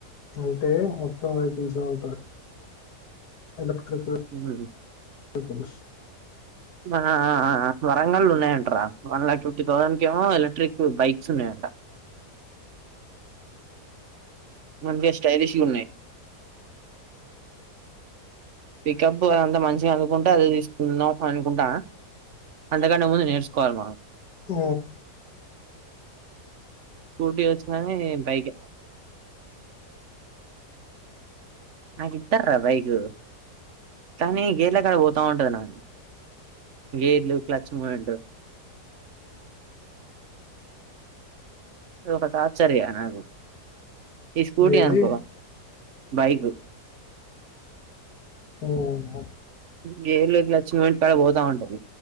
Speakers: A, on the left; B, on the right.
A: అంటే మొత్తం వెహికల్స్ ఉంటాయి ఎలక్ట్రిక్
B: <unintelligible>
A: వేకిల్స్
B: ఆ అ ఆ వరంగల్లు ఉన్నాయంటారా వన్ లాక్ ఫిఫ్టీ థౌసండ్ కే ఏమో ఎలక్ట్రిక్ బైక్స్ ఉన్నాయంట మంచిగా స్టైలిష్ గా ఉన్నాయి పికప్ అదంతా మంచిగా అనుకుంటే అదేతీసు దాం అనుకుంటాన అంతకంటే ముందు నేర్సుకోవాలి మనం
A: ఆ
B: స్కూటీ వచ్చుకాని బైక్ ఎ నాకు ఇత్తర్రా బైకు కానీ గేర్ల కాడ పోతా ఉంటది నాది గేర్లు క్లచ్ మూమెంట్ అది ఒక టార్చర్ ఇగ నాకు ఈ స్కూటీ
A: ఏది
B: అనుకో బైక్
A: అవునా
B: గేర్లు క్లచ్చు లుంటే అది పోతా ఉంటది